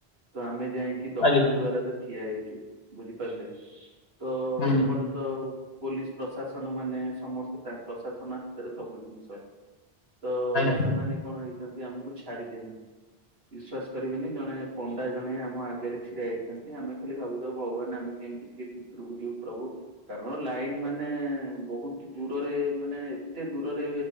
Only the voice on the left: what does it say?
ଆଜ୍ଞା
ହୁଁ
ଆଜ୍ଞା।